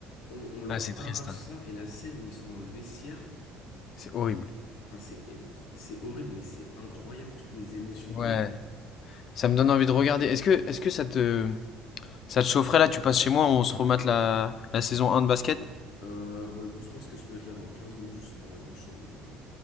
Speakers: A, on the left; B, on the left.
A: On, on leur
B: Ah, c'est triste,
A: arrache
B: hein.
A: ça et la scène où ils sont dans le vestiaire,
B: C'est horrible.
A: enfin c'est, c'est horrible, mais c'est incroyable toutes les émotions qu'il
B: Ouais.
A: y a.
B: Ça me donne envie de regarder. Est-ce que, est-ce que ça te, ça te chaufferait là? Tu passes chez moi, on se remate la, la saison un de basket?
A: Euh, bah écoute, je pense que je peux être là dans 15 minutes, je prends ma douche et j'arrive.